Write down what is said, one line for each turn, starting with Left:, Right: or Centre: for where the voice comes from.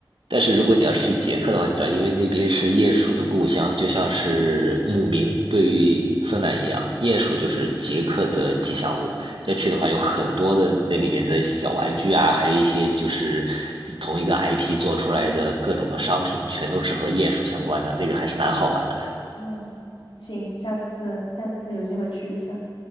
Right: 但是如果你要去捷克的话，你知道，因为那边是鼹鼠的故乡，就像是姆明对芬兰一样，鼹鼠就是捷克的吉祥物。要去的话，有很多的那里面的小玩具啊，还有一些就是同一个 IP 做出来的各种的商品，全都是和鼹鼠相关的，那个还是蛮好玩的。
Left: 嗯，行，下次下次有机会去一下。